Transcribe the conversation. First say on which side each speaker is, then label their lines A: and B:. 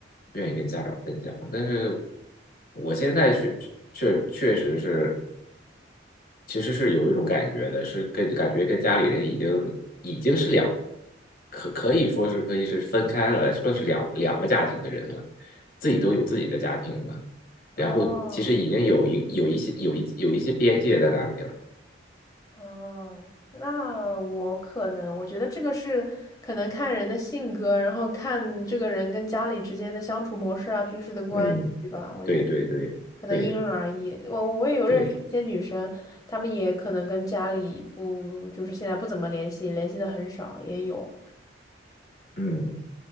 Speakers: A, on the left (about 45°); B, on the left (about 20°).
A: 愿意跟家长分享。但是我现在确确确实是，其实是有一种感觉的，是跟感觉跟家里人已经已经是两，可可以说是可以是分开了，算是两两个家庭的人了，自己都有自己的家庭了，然后其实已经有一有一些有一有一些边界在那里了。
B: 哦。哦，那我可能，我觉得这个是可能看人的性格，然后看这个人跟家里之间的相处模式啊，平时的关系吧。
A: 嗯，
B: 我觉得
A: 对对对对
B: 可能因人而异。我我也有认识一些女生，
A: 对，
B: 她们也可能跟家里不，就是现在不怎么联系，联系的很少，也有。
A: 嗯。